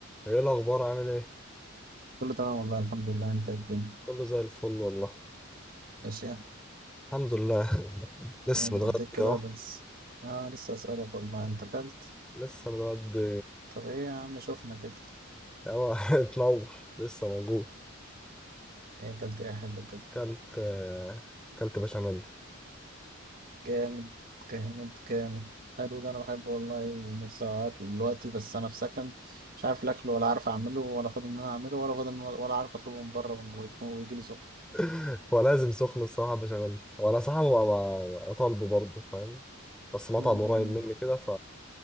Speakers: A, in the centre; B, on the right.
A: ايه الاخبار عامل ايه
B: كله تمام والله الحمد لله انت الدنيا
A: كله زي الفل والله
B: ماشية
A: الحمد لله <laughs> لسه
B: ايه اتغديت
A: متغدي
B: كده
A: اهو
B: ولا لسه؟ اه لسه اسألك والله انت اكلت؟
A: لسه متغدي
B: طب ايه يا عم شوفنا كده
A: اهو <laughs> اتنور لسه موجود
B: ايه اكلت ايه حلو كده
A: كلت آه، كلت بشاميل
B: جامد جامد جامد حلو ده انا بحبه والله لسه اكله دلوقتي بس انا في سكن مش عارف الاكل ولا عارف اعمله ولا فاضي ان انا اعمله ولا فاضي ان- ولا عارف اطلبه من بره ويكون- ويجي لي سخن
A: <laughs> هو لازم سخن الصراحه بشاميل وانا صراحه ما ما- اطالبه برضه فاهم بس مطعم
B: امم
A: قريب مني كده